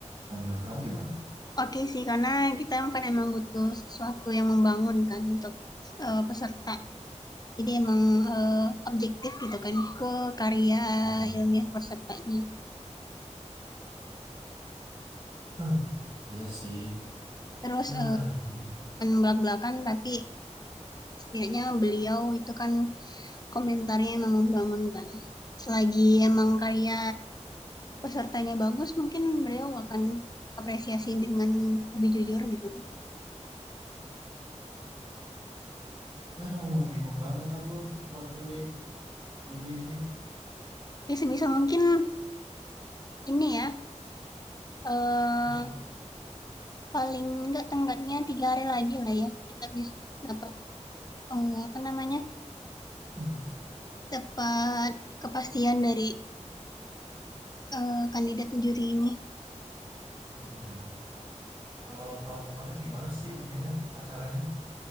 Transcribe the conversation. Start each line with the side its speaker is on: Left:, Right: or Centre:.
Right: Nah, menurut kamu gimana? <laughs>
Left: oke sih, karena kita kan emang butuh sesuatu yang membangunkan untuk eh, peserta. Jadi emang eh, objektif gitu kan ke karya
Right: Hmm.
Left: ilmiah pesertanya.
Right: Hmm. Iya sih.
Left: Terus
Right: Ah,
Left: eh,
Right: bingung.
Left: bukan belak-belakan tapi setidaknya beliau itu kan komentarnya emang membangunkan. Selagi emang karya pesertanya bagus, mungkin beliau akan apresiasi dengan lebih jujur gitu kan.
Right: Aduh, bingung banget aku buat milih juri ini.
Left: Jadi sebisa mungkin ini ya, eh,
Right: <clears throat>
Left: paling nggak tenggatnya tiga hari lagi lah ya, kita bisa dapat eh, apa namanya,
Right: Hmm.
Left: dapat kepastian dari eh, kandidat juri ini.
Right: Hmm. Kalau tahun kemarin gimana sih ininya acaranya